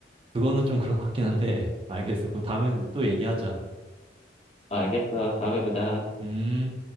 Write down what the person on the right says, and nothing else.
그거는 좀 그런 것 같긴 한데 알겠어. 그럼 다음에 또 얘기하자.
음.